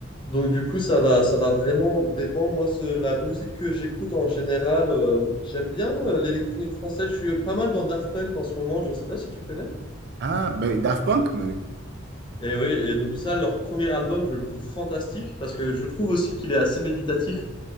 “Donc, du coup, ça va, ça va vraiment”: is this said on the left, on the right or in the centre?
Left